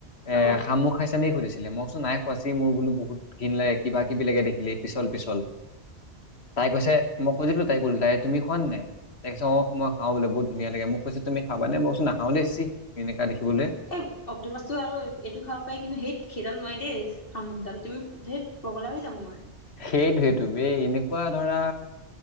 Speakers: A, on the left; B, on the left.
A: এ,
B: অ
A: শামুক খাইছানি সুধিছিলে ম নাই খোৱা, চি মোৰ বোলো বহুত ঘিন লাগে, কিবািবি লাগে দেখিলেই পিছল, পিছল। তাই কৈছে, মই সুধিলোঁ তাইক ওলোটাই তুমি খোৱানে নাই? তাই কৈছে অ' মই খাওঁ বোলে বহুত ধুনীয়া লাগে মোক। কৈছে তুমি খাবানে, মই কৈছোঁ ছিহ কেনেকা দেখিবলে।
B: এই অক্টোপাছটো আৰু এইটো খাব পাৰি কিন্তু হেইত সেইডাল খাব নোৱাৰি দেই। শামুকডাল। তুমি ধেত, পগলা হৈ যাম মই।
A: সেইটোৱেইতো ৰে, এই এনেকুৱা ধৰা